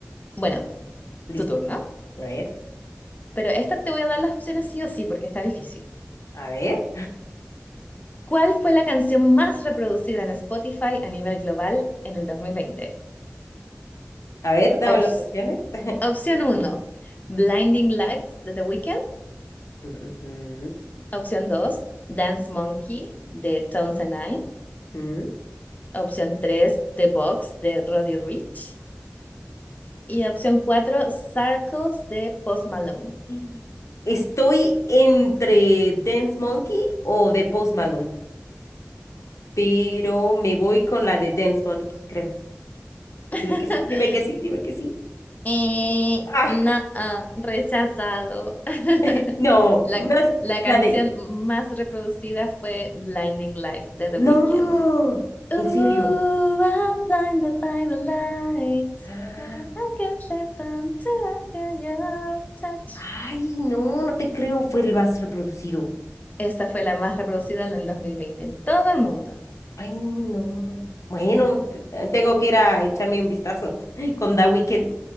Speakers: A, on the left; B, on the left.
A: Bueno,
B: Listo.
A: tu turno.
B: A ver,
A: Pero esta te voy a dar las opciones sí o sí, porque está difícil.
B: a ver,
A: ¿Cuál fue la canción más reproducida en Spotify a nivel global en el 2020?
B: a ver, dame
A: Ops-
B: las opciones. <laughs>
A: opción uno, Blinding Lights de The Weeknd.
B: Ujú,
A: Opción 2, Dance Monkey de Tones and I.
B: ujú,
A: Opción 3, The Box de Roddy Ricch. Y opción cuatro, Circles de Post Malone.
B: ujú. Estoy entre Dance Monkey o The Post Malone, pero me voy con la de Dance Monkey, creo. Dime
A: <laughs>
B: que sí, dime que sí, dime que sí.
A: Eh,
B: Ah,
A: no, ah, rechazado. <laughs>
B: <laughs> no,
A: La,
B: no
A: la
B: la
A: canción
B: de
A: más reproducida fue Blinding Lights de The Weeknd.
B: No,
A: Ooh,
B: en serio.
A: I'm blinded by the lights.
B: Ah,
A: Now I can step until I feel your touch.
B: Ay, no, no te creo, fue el más reproducido.
A: Esa fue la más reproducida en el 2020 en todo el mundo.
B: Ay, no. Bueno, te- eh, tengo que ir a echarme un vistazo <laughs> con The Weeknd.